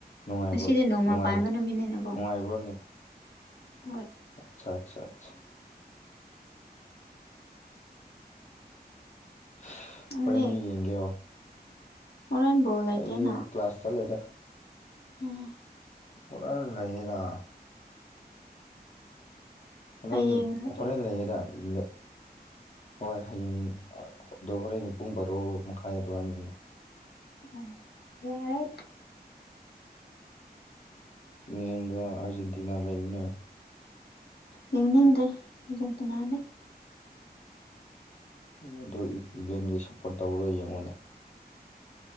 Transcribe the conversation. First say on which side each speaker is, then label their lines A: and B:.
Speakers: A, on the left; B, on the left.
A: ꯅꯨꯡꯉꯥꯏꯕ꯭ꯔꯣ
B: ꯉꯁꯤꯗꯤ ꯅꯣꯡꯃ
A: ꯅꯨꯡꯉꯥꯏꯕ
B: ꯄꯥꯟꯕ ꯅꯨꯃꯤꯠꯅꯤꯅꯀꯣ
A: <unintelligible>
B: ꯍꯣꯏ
A: ꯑꯆꯥ ꯑꯆꯥ ꯑꯆꯥ <unintelligible>
B: ꯅꯪꯗꯤ
A: ꯍꯣꯔꯦꯟꯗꯤ ꯌꯦꯡꯒꯦꯔꯣ
B: ꯍꯣꯔꯦꯟ ꯕꯣꯜ ꯂꯩꯇꯦꯅ
A: ꯑꯩꯗꯤ ꯀ꯭ꯂꯥꯁ ꯆꯠꯂꯦꯗ
B: <unintelligible>
A: ꯀꯣꯔꯥꯟ ꯂꯩꯌꯦꯔ ꯍꯣꯔꯟ
B: ꯍꯌꯦꯡ ꯅꯠꯇ꯭ꯔꯣ
A: ꯍꯣꯔꯦꯟ ꯂꯩꯌꯦꯗ <unintelligible> ꯍꯣꯏ ꯍꯌꯦꯡ ꯑꯗꯣ ꯍꯣꯔꯦꯟ ꯄꯨꯡ ꯕꯥꯔꯣ ꯃꯈꯥꯏ ꯑꯗꯨꯋꯥꯏꯅꯦꯅ
B: ꯎꯝ ꯌꯥꯔꯦ
A: ꯏꯪꯂꯦꯟꯒ ꯑꯥꯔꯖꯦꯟꯇꯤꯅꯥ ꯂꯩꯕꯅꯦ
B: ꯌꯦꯡꯅꯤꯡꯗꯦ ꯑꯥꯔꯖꯦꯟꯇꯤꯅꯥꯗꯤ
A: ꯑꯗꯨ ꯏꯪꯂꯦꯟꯒꯤ ꯁꯞꯄꯣꯔꯠ ꯇꯧꯔꯣ ꯌꯦꯡꯉꯨꯅ